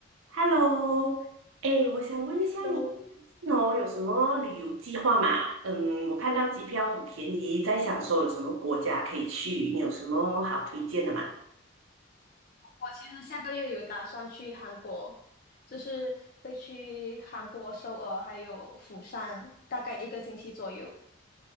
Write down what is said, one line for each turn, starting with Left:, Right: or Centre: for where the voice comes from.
Right: Hello，哎，我想问一下你最近哦有什么旅游计划吗？
Left: Hello，
Right: 嗯，我看到机票很便宜，在想说有什么国家可以去，你有什么好推荐的吗？
Left: 我其实下个月有打算去韩国，就是会去韩国首尔还有釜山，大概一个星期左右。